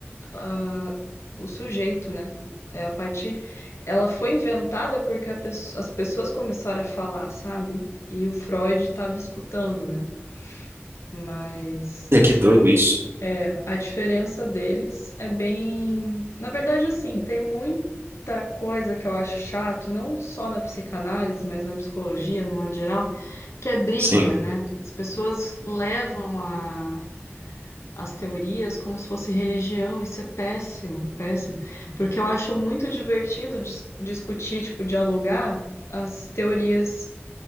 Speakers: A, on the left; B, on the right.
A: ah, o sujeito, né? É a partir. Ela foi inventada porque a pesso- as pessoas começaram a falar, sabe? E o Freud estava escutando, né? Mas.
B: Olha, que doido isso.
A: É, a diferença deles é bem. Na verdade, assim, tem muita coisa que eu acho chato, não só na psicanálise, mas na psicologia, no modo geral, que é briga,
B: Sim.
A: né? As pessoas levam a- as teorias como se fosse religião, isso é péssimo, péssimo. Porque eu acho muito divertido dis- discutir, tipo, dialogar as teorias